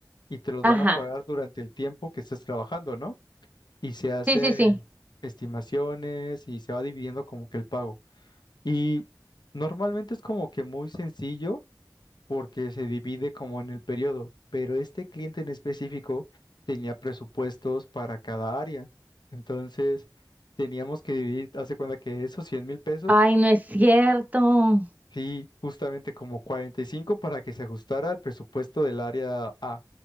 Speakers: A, on the left; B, on the right.
A: y te los
B: Ajá.
A: van a pagar durante el tiempo que estés trabajando, ¿no? Y se hacen
B: Sí, sí, sí.
A: estimaciones y se va dividiendo como que el pago. Y normalmente es como que muy sencillo porque se divide como en el periodo, pero este cliente en específico tenía presupuestos para cada área. Entonces, teníamos que dividir, hace cuenta que esos cien mil pesos,
B: Ay, no es cierto.
A: sí, justamente como 45 para que se ajustara al presupuesto del área A,